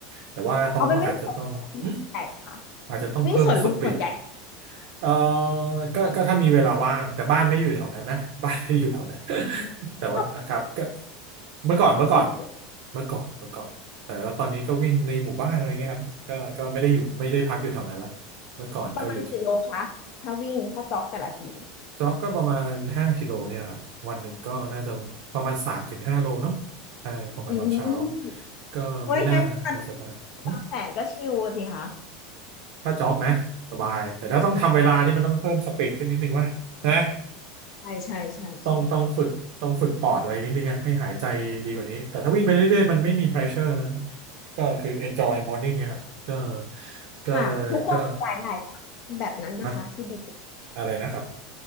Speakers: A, on the right (about 60°); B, on the left (about 55°).
A: แต่ว่าต้องอาจจะต้องหึ
B: เอาไปวิ่งสวนลุมใหญ่เหรอคะ
A: อาจจะต้องเพิ่มสปีด
B: วิ่งสวนลุมส่วนใหญ่
A: เออก็ก็ถ้ามีเวลาว่าง แต่บ้านไม่อยู่แถวนั้นนะ <laughs> บ้านไม่อยู่แถวนั้น <laughs> แต่ว่าครับก็
B: ชอบ
A: เมื่อก่อนเมื่อก่อน
B: สุดเนี่ย
A: เมื่อก่อนเมื่อก่อนแต่แล้วตอนนี้ก็วิ่งในหมู่บ้านอะไรเงี้ยครับก็ก็ไม่ได้อยู่ไม่ได้พักอยู่แถวนั้นละเมื่อก่อนก็อยู่
B: ประมาณกี่โลคะถ้าวิ่งถ้าจ็อกแต่ละที
A: จ็อกก็ประมาณห้ากิโลเนี่ยครับวันหนึ่งก็น่าจะประมาณสามถึงห้าโลเนาะใช่ประมาณตอนเช้า
B: อืม
A: ก็ไม่น่าน่าจะได้
B: โอ้ยงั้นการบางแสนก็ชิลสิคะ
A: ถ้าจ็อกนะสบายแต่ถ้าต้องทำเวลานี่มันต้องเพิ่มสปีดขึ้นนิดนึงว่ะนะ
B: ใช่ใช่ใช่ใช่
A: ต้องต้องฝึกต้องฝึกปอดอะไรนิดนึงอะให้หายใจดีกว่านี้แต่ถ้าวิ่งไปเรื่อยๆมันไม่มี pressure นะก็คือ enjoy morning นะครับก็ก็
B: ค่ะทุกคนหลายหลาย
A: ก็
B: แบบนั้นนะคะที่บิด
A: อะอะไรนะครับ